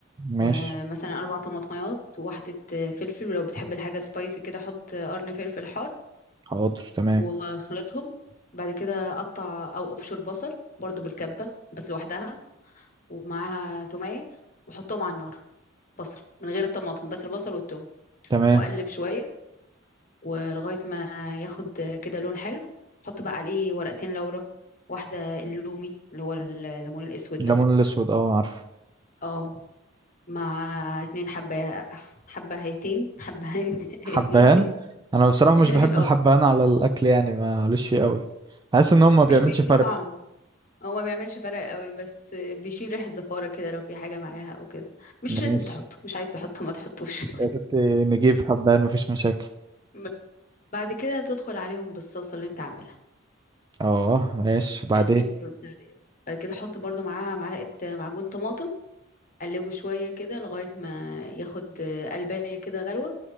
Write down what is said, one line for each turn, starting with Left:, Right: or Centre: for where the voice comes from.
Right: ماشي
Left: ومثلا أربع طماطميات وواحدة آه، فلفل ولو بتحب الحاجة سبايسي كده حط آه، قرن فلفل حار
Right: حاضر تمام
Left: وخلطهم بعد كده قطع أو أبشر بصل برضو بالكبة بس لوحدها ومعاها تومية وحطهم على النار بصل من غير الطماطم بس البصل والثوم
Right: تمام
Left: واقلب شويه ولغايه ما ياخد كده لون حلو حط بقى عليه ورقتين لورا واحده اللومي اللي هو الليمون الاسود
Right: الليمون
Left: ده
Right: الاسود اه عارفه
Left: اه مع اتنين حبه حبهيتين حبهين <laughs>
Right: حبهان
Left: اتنين
Right: انا بصراحه مش
Left: <laughs>
Right: بحب
Left: اه
Right: الحبهان على الاكل يعني معلش فيه قوي بحس ان هو ما
Left: مش
Right: بيعملش
Left: بيدي
Right: فرق
Left: طعم هو ما بيعملش فرق قوي بس بيشيل ريحه زفاره كده لو في حاجه معاها او كده مش
Right: ماشي
Left: لازم تحطه مش عايز تحطه ما تحطوش
Right: يا ستي نجيب حبهان مفيش مشاكل
Left: <laughs> بعد كده تدخل عليهم بالصلصه اللي انت عاملها
Right: اه ماشي
Left: اللي
Right: وبعدين
Left: فيها الفلفل والبتاع ديت بعد كده احط برضو معاها معلقه معجون طماطم اقلبه شويه كده لغايه ما ياخد قلبايه كده غلوه